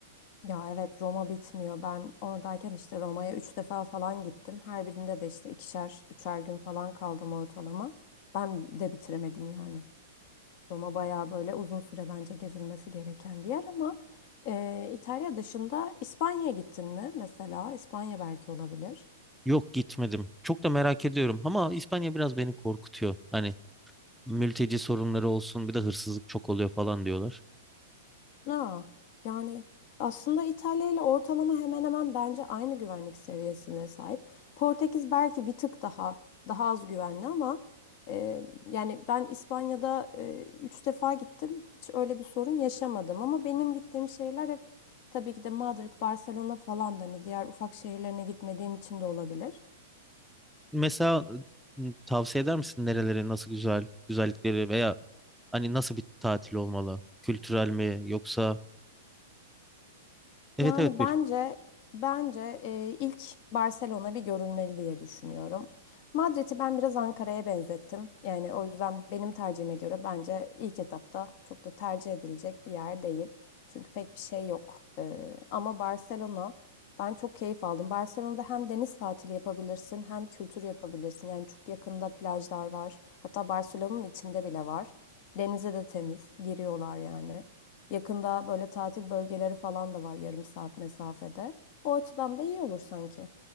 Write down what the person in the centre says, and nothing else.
Yok gitmedim. Çok da merak ediyorum ama İspanya biraz beni korkutuyor. Hani mülteci sorunları olsun bir de hırsızlık çok oluyor falan diyorlar.
Mesela m, tavsiye eder misin nerelere nasıl güzel güzellikleri veya hani nasıl bir tatil olmalı? Kültürel mi yoksa Evet
evet buyur.